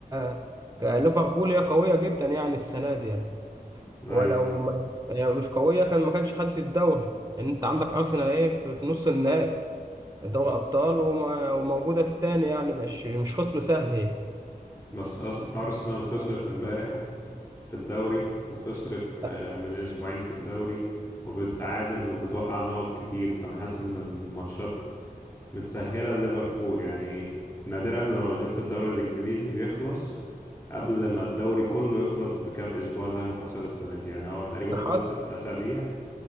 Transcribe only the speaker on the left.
أيوة
فاهم
بس أس- أرسنال خسرت امبارح في الدوري وخسرت
آه، من أسبوعين في الدوري وبتتعادل وبتوقع نقط كتير فأنا حاسس إن الماتشات متسهلة لليفربول يعني نادرا لما بنشوف الدوري الإنجليزي بيخلص قبل ما الدوري كله يخلص بكام أسبوع زي ما حصل السنة دي يعني هو تقريبا
فاضل
ست أسابيع